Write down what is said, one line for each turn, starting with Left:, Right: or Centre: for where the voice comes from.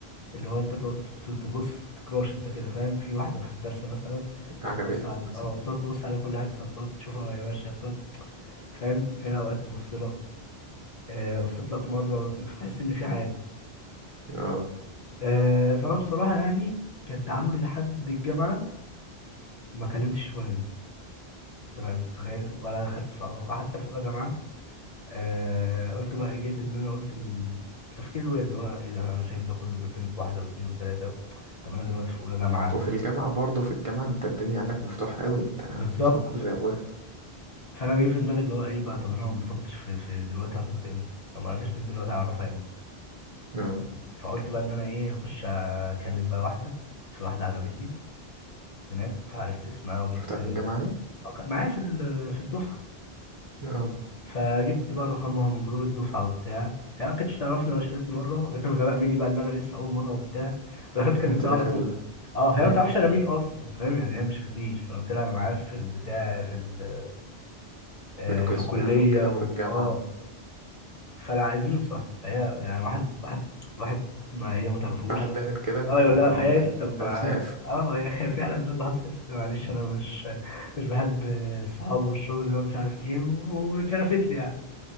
Left: اللي هو انت تقعد ت- تبص تكراش انت كده فاهم في واحده في الدرس مثلا
Right: عجبتك
Left: تقعد تبص على
Right: مثلا
Left: اه بتقعد تبص على كل حاجه بتقعد تشوفها وهي ماشيه بتقعد فاهم هي اوقات تبص لك آه بصيت لك مره فتحس ان في حاجه
Right: اه
Left: آه فانا بصراحه يعني كان تعاملي لحد الجامعه ما كلمتش ولا بنت تمام انت متخيل ولا دخلت في علاقة حتى في أولى جامعة آه قلت بقى إيه، جيت إن أنا قلت إن تفكير الواد اللي هو إيه ده أنا شايف ده كله بيرتبط بواحدة واتنين وتلاتة طب أنا دلوقتي في أولى جامعة
Right: وفي الجامعة برضه في الجامعة انت الدنيا عندك مفتوحة قوي انت
Left: بالظبط
Right: قدامك كل الأبواب
Left: فأنا جاي في دماغي اللي هو إيه بقى طب أنا لو مرتبطش في, في دلوقتي هرتبط إمتى؟ لو معرفتش بنت دلوقتي هعرفها إمتى؟
Right: اه
Left: فقلت بقى إن أنا إيه أخش أكلم بقى واحدة في واحدة عجبتني هناك فعرفت اسمها وجبت
Right: شفتها في الجامعة يعني
Left: أه كانت معايا في ال- في الدفعة
Right: اه
Left: فجبت بقى رقمها من جروب الدفعه وبتاع هي ما كانتش تعرفني ولا شافتني مره ده كان غباء مني بقى ان انا لسه اول مره وبتاع فدخلت كلمتها
Right: انت داخل
Left: على طول اه هي
Right: <laughs>
Left: ما تعرفش انا مين اصلا فاهم يعني هي ما شافتنيش فقلت لها انا معايا في البتاع في ال... آه
Right: في القسم
Left: في الكليه
Right: يعني وكده وفي
Left: واه
Right: الجامعة
Left: فانا عايزين نتصاحب فهي يعني واحد واحد واحد ما هي ما تعرفوش
Right: واحد داخل كده انت
Left: ايوه
Right: او
Left: لا فهي
Right: انت انت
Left: قالت لي طب ما
Right: هتخاف
Left: اه هي <laughs> خ- فعلا ده اللي حصل قلت لها معلش انا مش مش بحب الصحاب والشغل ده ومش عارف ايه وكرفت لي يعني